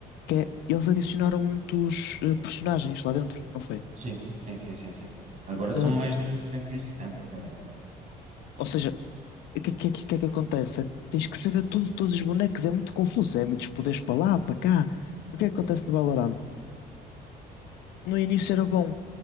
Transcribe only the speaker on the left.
que é eles adicionaram muitos uh, personagens lá dentro, não foi?
Uh,
ou seja, O que, que, que, que é que acontece? É, Tens que saber tudo, de todos os bonecos, é muito confuso, é muitos poderes para lá, para cá. O que é que acontece no Valorant? No início era bom,